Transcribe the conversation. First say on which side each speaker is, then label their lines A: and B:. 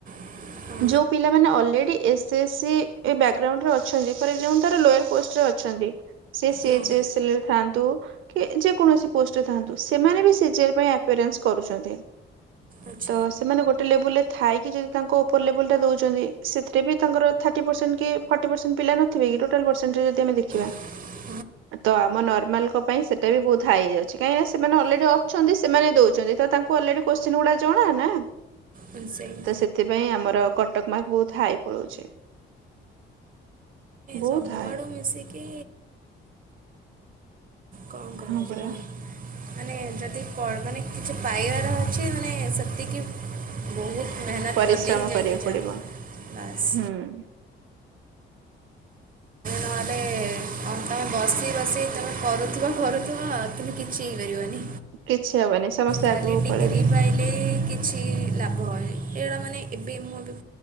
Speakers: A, on the right; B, on the right.
A: ହଁ।
B: ଯୋଉ ପିଲାମାନେ ଅଲରେଡ଼ି ଏସେସି ଏ ବ୍ୟାକ୍ ଗ୍ରାଉଣ୍ଡରେ ଅଛନ୍ତି। ଫର୍ ଏକ୍ସସାମ୍ପୁଲ୍ ତାର ଲୋୟର୍ ପୋଷ୍ଟରେ ଅଛନ୍ତି। ସେ ସିଏଚେଏସେଲରେ
A: ହଁ
B: ଥାଆନ୍ତୁ। କି ଯେକୌଣସି ପୋଷ୍ଟରେ ଥାଆନ୍ତୁ ସେମାନେ ବି ସିଜିଏଲ୍ ପାଇଁ ଆପେରେନ୍ସ କରୁଚନ୍ତି।
A: ଆଚ୍ଛା।
B: ତ ସେମାନେ ଗୋଟେ ଲେବୁଲରେ ଥାଇକି ଯଦି ତାଙ୍କ ଓପର ଲେବୁଲ ଟା ଦେଉଚନ୍ତି ସେଥିରେ ବି ତାଙ୍କର ଥାର୍ଟି ପରସେଣ୍ଟ କି ଫର୍ଟି ପରସେଣ୍ଟ ପିଲା ନଥିବେ କି ଟୋଟାଲ ପରସେଣ୍ଟରେ ଯଦି ଆମେ ଦେଖିବା।
A: <inaudible>
B: ତ ଆମ ନର୍ମାଲ କ ପାଇଁ ସେଟା ବି ବହୁତ୍ ହାଇ ହେଇଯାଉଚି। କାହିଁକିନା ସେମାନେ ଅଲରେଡି ଅଛନ୍ତି ସେମାନେ ଦଉଛନ୍ତି ତ ତାଙ୍କୁ ଅଲରେଡ଼ି କୋଷ୍ଚିନ୍ ଗୁଡା ଜଣା ନା।
A: ହଁ ସେଇଆ।
B: ତ ସେଥିପାଇଁ ଆମର କଟକ ମାର୍କ ବୋହୁତ ହାଇ ପଳଉଚି। ବହୁତ
A: ସବୁଆଡୁ
B: ହାଇ।
A: ମିଶିକି କଣ କରାଯିବ।
B: ହଁ ପରା
A: ମାନେ ଯଦି କଣ ମାନେ କିଛି ପାଇଆର ଅଛି ମାନେ ସେତିକି ବୋହୁତ୍ ମେହେନତ୍
B: ପରିଶ୍ରମ
A: କଲେ ହିଁ ଯାଇକି
B: କରିବାକୁ
A: ଯା,
B: ପଡିବ
A: ବାସ୍।
B: ହୁଁ
A: ନହଲେ ତମେ ବସି ବସି ତମେ କରୁଥିବ କରୁଥିବ କିନ୍ତୁ କିଛି ହେଇପାରିବନି।
B: କିଛି ହବନି ସମସ୍ତେ
A: ଖାଲି
B: ଆଗକୁ
A: ଡିଗ୍ରୀ
B: ପଳେଇବେ
A: ପାଇଲେ କି କିଛି ଲାଭ ହଏନି, ଏଗୁଡା ମାନେ ଏବେ ମୁଁ ଏବେ